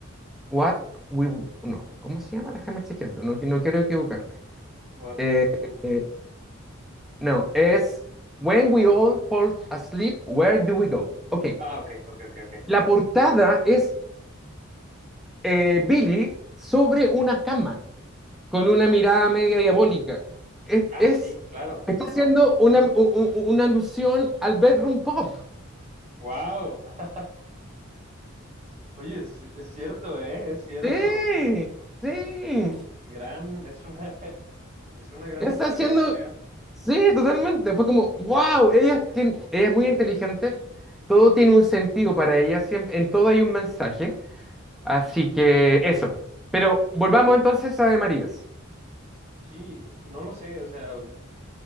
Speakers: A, in the centre; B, on the right.
A: What We... No, ¿cómo se llama? Déjame chequearlo, no, no quiero equivocarme.
B: What
A: Eh,
B: will-
A: eh, No, es When We All Fall Asleep, Where Do We Go? Ok.
B: Ah, ok, ok, ok, ok,
A: La portada es eh, Billy sobre una cama, con una
B: ok.
A: mirada media diabólica. Es,
B: Ah,
A: es-
B: sí, claro,
A: está
B: ajá.
A: haciendo una, u- u- u- una alusión al bedroom pop.
B: Wow. <laughs> Oye, es, es cierto, ¿eh? Es cierto.
A: Sí, sí.
B: Gran, es una, <laughs> es una gran
A: Está
B: observación.
A: haciendo, sí, totalmente. Fue como, wow, ella, es ella es muy inteligente. Todo tiene
B: Sí.
A: un sentido para ella, siempre, en todo hay un mensaje. Así que eso. Pero volvamos entonces a de Marías.
B: Sí, no lo sé, o sea,